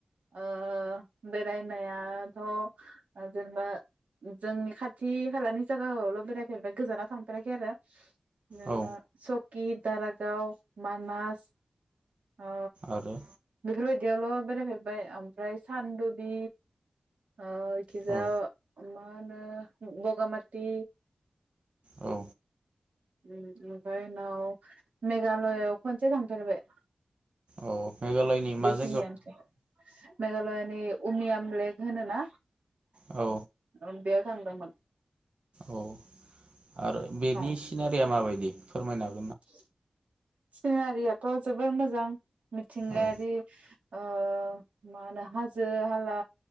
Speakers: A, on the right; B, on the right.
A: ओ बेरायनायाथ' जेनेबा जोंनि खाथि खालानि जागायावल' बेरायफेरबाय गोजानाव थांफेराखै। आरो <unintelligible>
B: औ
A: कि दारागाव मानास। अ
B: आरो
A: बिफोरबादि यावल' बेरायफेरबाय ओमफ्राय सानदुबि ओ इखिजा
B: औ
A: मा होनो बगामाति।
B: औ
A: उम ओ ओमफ्राय उनाव मेघालयआव खनसे थांफेरबाय।
B: औ मेघालयनि माज
A: खिनियानोसै मेघालयानि उमिया लेग होनो ना?
B: औ
A: ओं बेयाव थांदोंमोन।
B: औ आरो बेनि
A: औ
B: सिनारिया माबायदि? फोरमायना
A: <unintelligible>
B: हो।
A: सिनारियाथ' जोबोर मोजां। मिथिंगायारि
B: औ
A: ओफ ओ मा होनो हाजो हाला